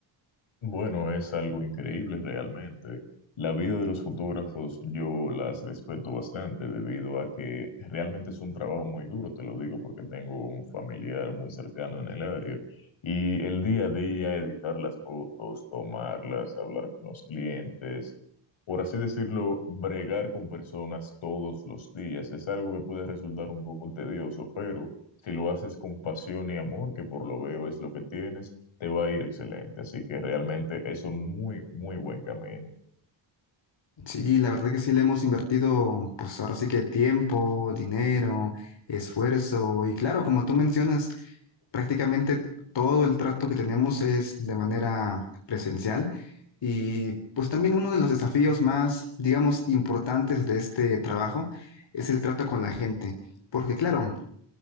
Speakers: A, on the left; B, on the left.
A: Bueno, es algo increíble realmente. La vida de los fotógrafos yo las respeto bastante debido a que realmente es un trabajo muy duro, te lo digo porque tengo un familiar muy cercano en el área y el día a día editar las fotos, tomarlas, hablar con los clientes, por así decirlo, bregar con personas todos los días es algo que puede resultar un poco tedioso, pero si lo haces con pasión y amor, que por lo veo es lo que tienes te va a ir excelente. Así que realmente es un muy, muy buen camino.
B: Sí, la verdad que sí le hemos invertido pues ahora sí que tiempo, dinero, esfuerzo y claro, como tú mencionas. prácticamente todo el trato que tenemos es de manera presencial y pues también uno de los desafíos más, digamos, importantes de este trabajo es el trato con la gente, porque claro,